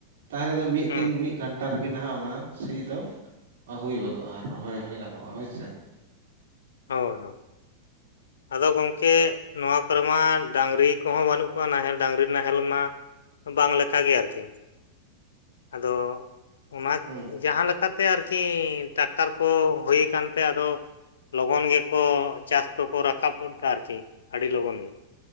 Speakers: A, on the right; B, on the left.
A: ᱛᱟᱦᱚᱞᱮ ᱫᱚ ᱢᱤᱫ
B: ᱦᱩᱸ
A: ᱫᱤᱱ ᱢᱤᱫ ᱜᱷᱚᱱᱴᱟ ᱨᱮᱜᱮ ᱱᱟᱦᱟᱜ ᱚᱱᱟ ᱥᱤ ᱼᱼ ᱫᱚ ᱦᱩᱭ ᱜᱚᱫᱚᱜᱼᱟ। ᱟᱨ ᱨᱚᱦᱚᱭ ᱦᱚᱭ ᱜᱟᱱᱚᱜᱼᱟ ᱦᱳᱭ ᱥᱮ।
B: ᱦᱳᱭ ᱦᱳᱭ ᱟᱫᱚ ᱜᱚᱢᱠᱮ ᱱᱚᱣᱟ ᱠᱚᱨᱮ ᱢᱟ ᱰᱟᱝᱨᱤ ᱠᱚᱦᱚᱸ ᱵᱟᱹᱱᱩᱜ ᱠᱚᱣᱟ। ᱱᱟᱦᱮᱞ ᱰᱟᱝᱨᱤ ᱱᱟᱦᱮᱞ ᱢᱟ ᱼᱼ ᱵᱟᱝ ᱞᱮᱠᱟᱜᱮ ᱟᱨᱠᱤ। ᱟᱫᱚ ᱼᱼ ᱚᱱᱟ
A: ᱦᱩᱸ
B: ᱡᱟᱦᱟᱸ ᱞᱮᱠᱟᱛᱮ ᱟᱨᱠᱤ ᱴᱨᱟᱠᱴᱟᱨ ᱠᱚ ᱦᱩᱭ ᱟᱠᱟᱱᱛᱮ ᱟᱫᱚ ᱼᱼ ᱞᱚᱜᱚᱱ ᱜᱮᱠᱚ ᱪᱟᱥ ᱫᱚᱠᱚ ᱨᱟᱠᱟᱵ ᱜᱚᱫ ᱠᱟᱜᱼᱟ ᱟᱨᱠᱤ। ᱟᱹᱰᱤ ᱞᱚᱜᱚᱱ ᱜᱮ।